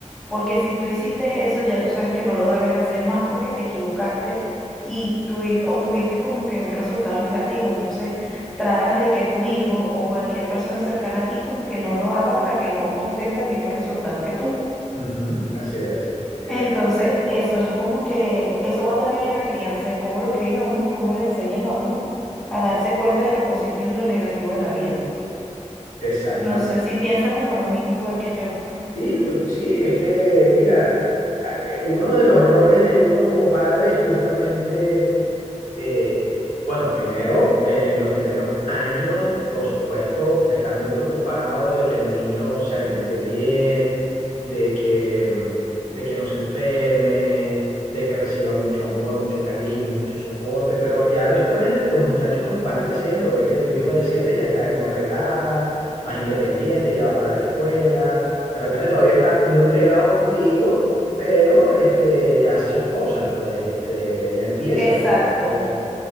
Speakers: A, in the centre; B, on the left.
A: porque si tú hiciste eso, ya tú sabes que no lo debes hacer más porque te equivocaste y tú obtuviste como que un resultado negativo. Entonces, tratas de que tu hijo o cualquier persona cercana a ti como que no lo haga para que no obtenga el mismo resultado que tú.
B: Ujú, Así es, así es,
A: Entonces, eso es como que, eso va también en la crianza, en cómo lo críen a uno y cómo le enseñen a uno a darse cuenta de lo positivo y lo negativo de la vida.
B: exactamente.
A: No sé si piensa como lo mismo igual que yo.
B: Sí, we- sí, es que, mira, a- eh, uno de los roles de uno como padre es justamente eh, bueno, primero, en los primeros años, por supuesto, estar muy preocupado de que el niño se alimente bien, de que, mm, de que no se enferme, de que reciba mucho amor, mucho cariño, mucho soporte, pero ya después los muchachos van creciendo, ve que tu hijo de siete ya está en otra etapa, más independiente, ya va para la escuela, de repente todavía está muy pegado contigo pero este, ya hace sus cosas, pues este, ya empieza
A: Exacto,
B: cosa.